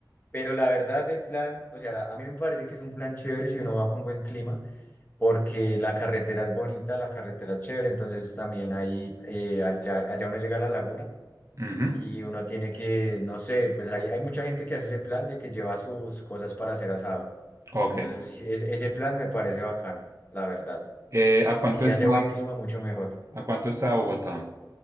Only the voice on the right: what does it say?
Ujú,
Ok.
Eh, ¿a cuánto
está,
a cuánto está Bogotá?